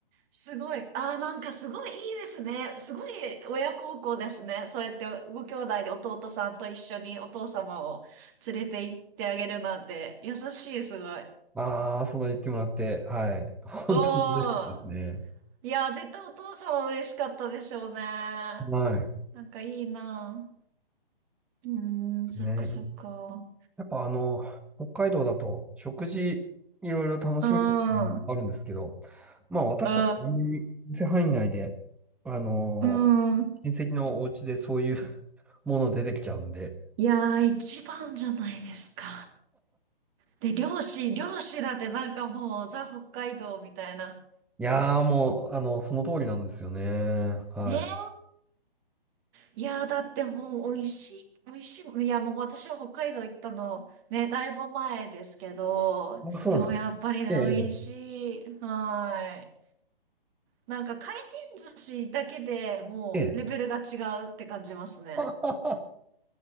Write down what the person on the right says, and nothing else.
すごい。あー、なんかすごいいいですね。すごい親孝行ですね。そうやってご兄弟で弟さんと一緒にお父様を連れて行ってあげるなんて優しい、すごい。
うん。いや絶対お父様嬉しかったでしょうね。
なんかいいな。うーん、そっかそっか。
うん、う
ん、
うん。
いやー、一番じゃないですか。で、漁師、漁師だってなんかもう、ザ・北海道みたいな。
ねえ。いやー、だってもう、美味しい、美味しい。いや、もう私は北海道行ったの、ね、だいぶ前ですけど、
でもやっぱりね、
美味しい。はい。なんか回転寿司だけでもう、
レベルが違うって感じますね。